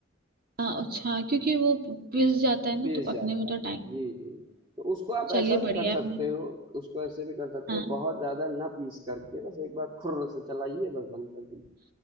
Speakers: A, on the right; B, on the right.
A: हाँ अच्छा क्योंकि वो पिस जाता है ना
B: पीस
A: तो पकने
B: जाता
A: में तो
B: है
A: टाइम
B: जी जी तो उसको आप
A: चलिए
B: ऐसा
A: बढ़िया
B: भी कर
A: है
B: सकते
A: मैं-
B: हो उसको ऐसे भी कर सकते
A: हाँ
B: हो बहुत ज़्यादा ना पीस करके बस एक बार खुर्र से चलाइए बस बंद कर